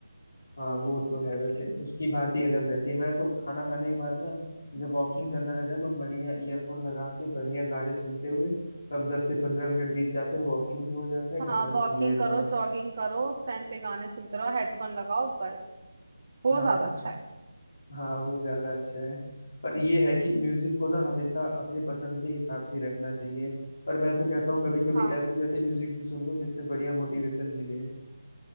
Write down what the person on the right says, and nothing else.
इसलिए
हाँ
वॉकिंग
करो
जॉगिंग करो उस टाइम पे गाने सुनते रहो हेडफोन लगाओ बस वो
ज्यादा
अच्छा है
हाँ